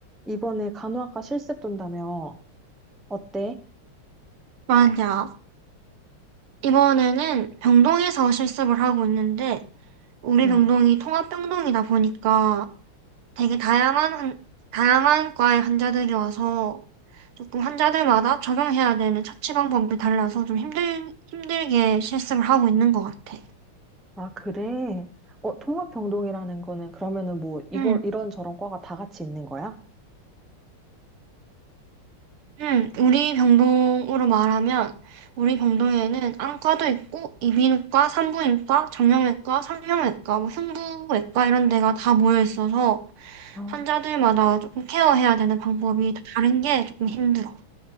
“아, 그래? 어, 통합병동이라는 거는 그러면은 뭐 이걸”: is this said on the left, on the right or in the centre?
Centre